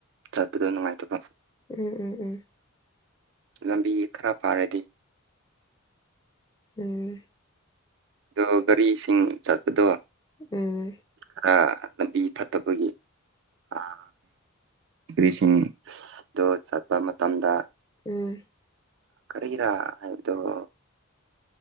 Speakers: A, on the right (about 60°); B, on the left (about 15°).
A: ꯆꯄꯗꯣꯅꯨꯡꯉꯥꯏ ꯄ
B: ꯎꯝ ꯎꯝ ꯎꯝ
A: ꯂꯝꯕꯤ ꯈꯔ ꯐꯥꯔꯗꯤ
B: ꯎꯝ
A: ꯑꯗꯣ ꯒꯥꯔꯤꯁꯤꯡ ꯆꯠꯄꯗꯣ
B: ꯎꯝ
A: ꯈꯔ ꯂꯝꯕꯤ ꯐꯠꯇꯕꯒꯤ ꯑꯥ ꯔꯤꯁꯤꯡꯗꯣ ꯆꯠꯄ ꯃꯇꯝꯗ
B: ꯎꯝ
A: ꯀꯔꯤꯍꯤꯔꯥ ꯏꯔꯗꯨ